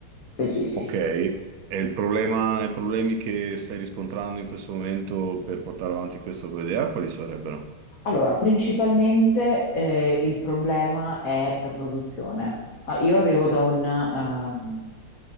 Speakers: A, on the left; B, on the right.
A: sì, sì. sì.
B: Ok. E il problema, i problemi che stai riscontrando in questo momento per portare avanti questa tua idea, quali sarebbero?
A: Allora, principalmente eh, il problema è la produzione. Ah, Io arrivo da un, ehm,